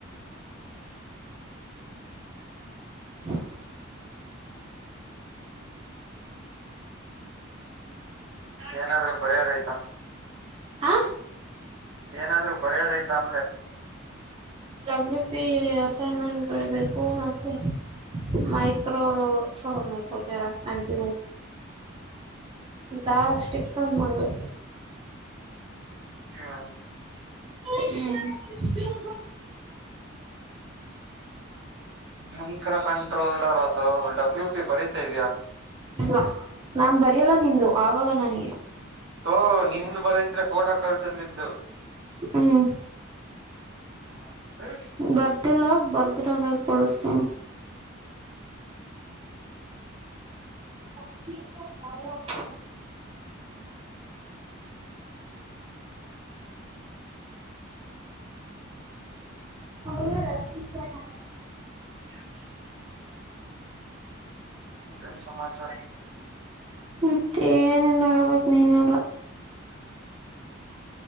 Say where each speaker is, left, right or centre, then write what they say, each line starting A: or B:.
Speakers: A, on the right (about 25°); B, on the right (about 70°).
A: ಹ್ಮ <inaudible>
B: ಏನಾದ್ರೂ ಬರೆದ ಐತ
A: ಹಾ
B: ಏನಾದ್ರು ಬರ್ಯದೈತಾ ಅಂದೆ
A: ಡಬ್ಲಪಿ ಅಸೈನ್ಮೆಂಟ್ ಬರಬೇಕು ಮತ್ತೆ ಮೈಕ್ರೋ ಚ ಮೈಕ್ರೋ ಚರಂತ ದಾಸಕ್ನ್ ಮಾಡಬೇಕ
B: ಹಾ
A: ಹ್ಮ್
B: ಮಂಕ್ರಾ ಕಂಟ್ರೋಲರ್ಸ ಡಬ್ಲ್ಯಪಿ ಬರೀತಾ ಇದ್ಯಾ
A: ಇಲ್ಲ ನಾ ಬರಿಯಲ್ಲ ನಿಂದು ಆಗಲ್ಲ ನನಗೆ
B: ಥೂ ನಿನ್ನ ನಂಬರ್ ಇದ್ರೆ ಫೋಟೋ ಕಳುಹಿಸು ಅಂದಿದ್ದು
A: ಹ್ಮ್
B: ಹ ಹೇಳ
A: ಬರ್ದಿಲ್ಲ ಬರ್ದಿರದೈ ಕಳಿಸತೀನ ಹ ಹೌ ರ <unintelligible>
B: <unintelligible> ಮತ್ತೆನ್ ಸಮಾಚಾರ
A: ಮತ್ತೆ ಏನಿಲ್ಲ ಹೇಳ್ಬೇಕು ನೀನೆ ಎಲ್ಲ